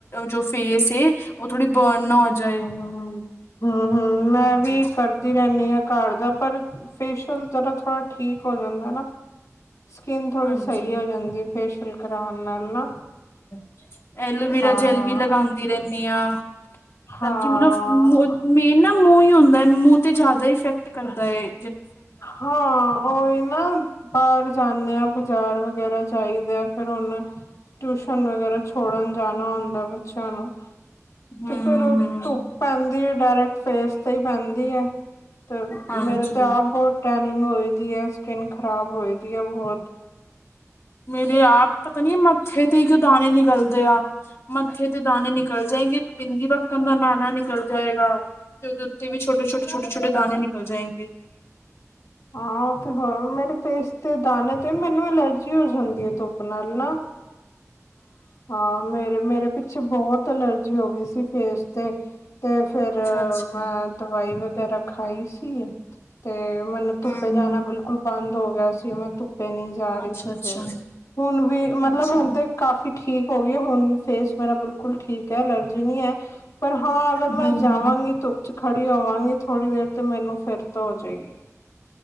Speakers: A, on the left; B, on the left.
A: ਜੋ ਫੇਸ ਹੈ ਉਹ ਥੋੜ੍ਹੀ ਬਰਨ ਹੋ ਜਾਏ
B: ਹਮ-ਹਮ ਮੈਂ
A: ਹਾਂਜੀ
B: ਵੀ ਕਰਦੀ ਰਹਿੰਦੀ ਆ ਘਰ ਦਾ ਪਰ, ਫੇਸ਼ਅਲ ਜਰਾ ਥੋੜ੍ਹਾ ਠੀਕ ਹੋ ਜਾਂਦਾ ਨਾ ਸਕਿਨ ਥੋੜ੍ਹੀ
A: ਹਾਂਜੀ
B: ਸਹੀ ਹੋ ਜਾਂਦੀ ਫੇਸ਼ੀਅਲ ਕਰਾਉਣ ਨਾਲ ਨਾ
A: <unintelligible> ਐਲੋਵੇਰਾ
B: ਹਾਂ
A: ਜੈਲ ਵੀ ਲਗਾਉਂਦੀ ਰਹਿੰਦੀ ਹਾਂ।
B: ਹਾਂ
A: ਤਾਂ ਕਿ ਮਤਲਬ ਮੇਨ ਨਾ ਮੂੰਹ ਹੀ ਹੁੰ ਮੂੰਹ ਤੇ ਜ਼ਿਆਦਾ ਇਫੈਕਟ ਕਰਦਾ ਏ
B: ਹਾਂ ਉਹੀ ਨਾ ਬਾਹਰ ਜਾਂਦੇ ਆਂ ਬਾਜ਼ਾਰ ਵਗੈਰਾ ਜਾਇਦਾ ਫਿਰ ਹੁਣ ਟਿਊਸ਼ਨ ਵਗੈਰਾ ਛੋੜਨ ਜਾਣ ਨਾਂ ਹੁੰਦਾ ਬੱਚਿਆਂ ਨੂੰ
A: ਹਮ
B: ਤੇ ਫੇਰ ਉਹ
A: ਹਮ
B: ਧੁੱਪ ਪੈਂਦੀ ਹੈ ਡਾਇਰੈਕਟ ਫੇਸ ਤੇ ਹੀ ਪੈਂਦੀ ਹੈ ਤੇ
A: ਹਾਂਜੀ
B: ਮੇਰੇ ਤੇ ਆਪ ਟੈਨਿੰਗ ਹੋਈ ਦੀ ਹੈ ਸਕਿੰਨ ਖਰਾਬ ਹੋਈ ਦੀ ਹੈ ਬਹੁਤ
A: ਮੇਰੇ ਆਪ ਪਤਾ ਨੀ ਆ ਮੱਥੇ ਤੇ ਹੀ ਇੱਕ ਦਾਣੇ ਨਿਕਲਦੇ ਆ ਮੱਥੇ ਤੇ ਦਾਣੇ ਨਿਕਲ ਜਾਏਗੇ ਇੱਕ ਬਿੰਦੀ ਵੱਕਣ ਦਾ ਦਾਣਾ ਨਿਕਲ ਜਾਏਗਾ ਤੇ ਉਹਦੇ ਜਿਵੇਂ ਛੋਟੇ-ਛੋਟੇ ਛੋਟੇ-ਛੋਟੇ -ਛੋਟੇ ਦਾਨੇ ਵੇ। ਕਰ ਜਾਏਂ ਗੇ
B: ਹਾਂ ਉਹ ਤੇ ਹੋਰ ਮੇਰੇ ਫੇਸ ਤੇ ਦਾਣੇ ਤੇ ਮੈਨੂੰ ਅਲਰਜੀ ਹੋ ਜਾਂਦੀ ਹੈ ਧੁੱਪ ਨਾਲ ਨਾ ਹਾਂ ਮੇਰੇ-ਮੇਰੇ ਪ ਚ ਬਹੁਤ ਅਲਰਜੀ ਹੋ ਗਈ ਸੀ ਫੇਸ ਤੇ ਤੇ ਫੇਰ
A: ਅੱਛਾ ਅੱਛਾ
B: ਮੈਂ ਦਵਾਈ ਤਾਂ ਰਖਾਈ ਸੀ ਤੇ ਮੈਨੂੰ
A: ਹਮ
B: ਧੁੱਪੇ ਜਾਣਾ
A: ਹਮ
B: ਬਿਲਕੁਲ ਬੰਦ ਹੋ ਗਿਆ ਸੀ ਮੈਂ ਧੁੱਪ ਪੀ ਨਹੀਂ ਜਾ ਰਹੀ
A: ਅੱਛਾ
B: ਸੀ ਫਰ
A: ਅੱਛਾ
B: ਹੁਣ ਵੀ ਮਤਲਬ
A: ਅੱਛਾ
B: ਹੁਣ ਕਾਫੀ ਠੀਕ ਹੋ ਗਈ ਹੈ ਹੁਣ ਫੇਸ ਮੇਰਾ ਬਿਲਕੁਲ ਠੀਕ ਹੈ ਅਲਰਜੀ ਨਹੀਂ ਹੈ। ਪਰ ਹਾਂ ਅਗਰ ਮੈਂ
A: ਹਮ ਹਮ
B: ਜਾਵਾਂਗੀ ਧੁੱਪ ਚ ਖੜੀ ਹੋਵਾਂਗੀ ਥੋੜੀ ਦੇਰ ਤੇ ਮੈਨੂੰ ਫਿਰ ਤੋਂ ਹੋ ਜੇਗੀ